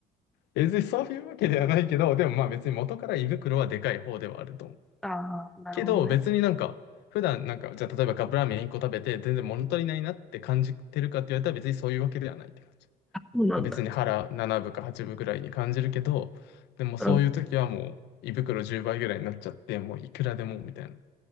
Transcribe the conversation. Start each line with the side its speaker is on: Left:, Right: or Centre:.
Left: 別にそういうわけではないけど、でもまあ別に元から胃袋はでかい方ではあると思う。
Centre: ああ、なるほどね。
Left: けど、別になんか、普段なんか、じゃあ例えばカップラーメン1個食べて、全然物足りないなって感じてるかって言われたら別にそういうわけではないって感じ。
Centre: そうなんだ。
Left: まあ別に腹7分か8分ぐらいに感じるけど、でもそういう時はもう胃袋10倍ぐらいになっちゃって、
Centre: うん。
Left: もういくらでもみたいな。